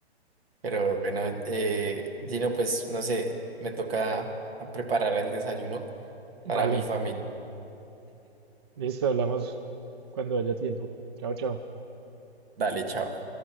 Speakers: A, on the right; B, on the right.
A: Pero bueno, eh, Gino, pues no sé, me toca a preparar el desayuno para
B: Vale,
A: mi familia.
B: listo, hablamos cuando haya tiempo. Chao, chao.
A: Dale, chao.